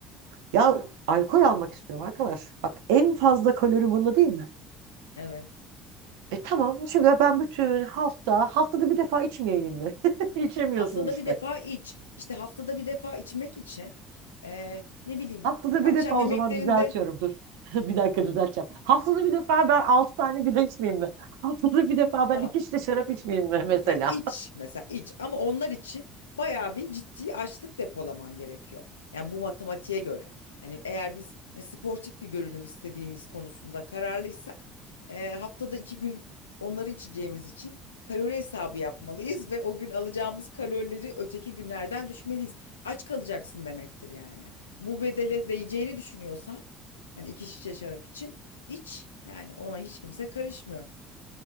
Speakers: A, on the right; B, on the left.
A: Ya alkol almak istiyorum arkadaş. Bak en fazla kalori bunda değil mi?
B: evet.
A: E tamam şimdi ben bütün hafta haftada bir defa içmeyeyim mi? <laughs> İçemiyorsun
B: Haftada
A: işte.
B: bir defa iç. İşte haftada bir defa içmek için eee, ne bileyim
A: Haftada
B: akşam
A: bir defa
B: yemeklerinde
A: o zaman düzeltiyorum dur. <laughs> Bir dakika düzelteceğim. Haftada bir defa ben altı tane bile içmeyeyim mi? <laughs> Haftada bir defa ben
B: tamam
A: iki şişe şarap içmeyeyim mi mesela?
B: Ya iç mesela iç ama onlar için bayağı bir ciddi açlık depolaman gerekiyor. Yani bu matematiğe göre. Hani eğer biz hani sportif bir görünüm istediğimiz konusunda kararlıysak e, haftada iki gün onları içeceğimiz için kalori hesabı yapmalıyız ve o gün alacağımız kalorileri öteki günlerden düşmeliyiz. Aç kalacaksın demektir yani. Bu bedele değeceğini düşünüyorsan hani iki şişe şarap için iç yani ona hiç kimse karışmıyor.